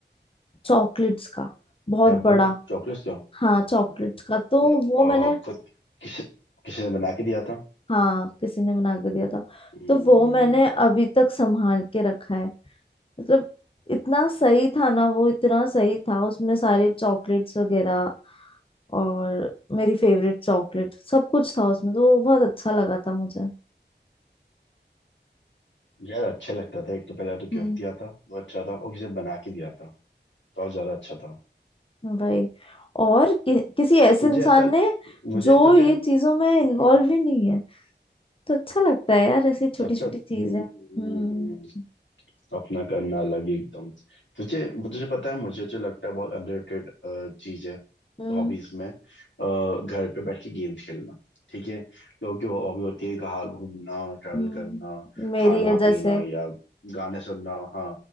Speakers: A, on the left; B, on the left.
A: चॉकलेट्स का बहुत
B: क्या पर
A: बड़ा
B: चॉकलेट क्यों
A: हाँ चॉकलेट्स का तो
B: मतलब,
A: वो
B: अ,
A: मैंने
B: खुद किसी किसी ने बना के दिया था
A: हाँ किसी ने बना के दिया था
B: हम्म
A: तो वो मैंने अभी तक संभाल के रखा है मतलब इतना सही था ना वो इतना सही था उसमें सारे चॉकलेट्स वगैरह और मेरी फेवरेट चॉकलेट सब कुछ था उसमें तो वो बहुत अच्छा लगा था मुझे
B: यार अच्छा लगता था एक तो पहला तो
A: हम्म
B: गिफ्ट दिया था वो अच्छा था और किसी ने बना के दिया था तो और ज्यादा अच्छा था
A: भाई और कि, किसी ऐसे
B: तुझे
A: इंसान
B: ऐसा
A: ने
B: मुझे
A: जो
B: तुझे
A: ये चीजों में
B: हम्म,
A: इन्वॉल्व ही नहीं है तो अच्छा लगता है यार ऐसी छोटी
B: अच्छा
A: छोटी
B: हम्म
A: चीजें हम्म
B: हम्म, हम्म, अपना करना अलग ही एकदम तुझे तुझे पता है मुझे जो लगता है बहुत अंडररेटेड चीज है
A: हम्म
B: हॉबीज में अ, घर पे बैठ के गेम्स खेलना ठीक है लोगों की हॉबी होती है कहाँ घूमना ट्रैवल
A: हम्म
B: करना
A: मेरी
B: खाना
A: है जैसे
B: पीना या गाने सुनना हाँ